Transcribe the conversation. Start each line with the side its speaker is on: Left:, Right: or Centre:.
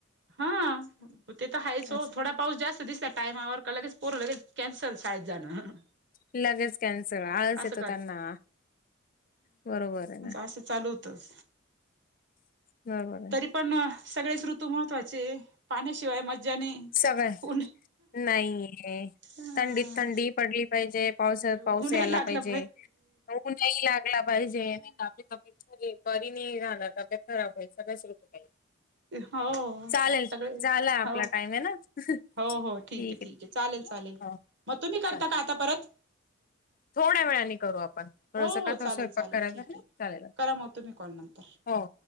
Right: हा म ते तर हायच
Left: असं
Right: ओ थोडा पाऊस जास्त दिसला टायमावर का लगेच पोरं लगेच कॅन्सल शाळेत जाणं
Left: लगेच कॅन्सल आळस
Right: असं
Left: येतो
Right: कर
Left: त्यांना बरोबर आहे
Right: अस चालु तस
Left: बरोबर आहे
Right: तरी पण सगळेच ऋतू महत्वाचे पाण्याशिवाय मज्जा नाही.
Left: सगळं
Right: उन
Left: नाहीे
Right: हं
Left: थंडीत थंडी पडली पाहिजे पावसाळ्यात
Right: ऊनही
Left: पाऊस ही आला
Right: लागलं
Left: पाहिजे ऊनही लागला पाहिजे आणि नाही तर आपली तब्येत बरी नाही राहणार तब्येत खराब होईल सगळ्याच ऋतू पाहिजे
Right: हो
Left: चालेल
Right: सगळे
Left: झालाय आपला
Right: हो
Left: टाईम हे ना ठीक
Right: हो हो
Left: आहे
Right: ठीक चालेल चालेल
Left: हो
Right: मग तुम्ही करता
Left: चालेल
Right: का आता परत
Left: थोड्या वेळानी करू आपण थोडंस
Right: हो हो
Left: का तर
Right: चालेल
Left: स्वयंपाक
Right: चालेल
Left: करायचा
Right: ठीक
Left: आहे चालेल
Right: करा मग तुम्ही कॉल नंतर
Left: हो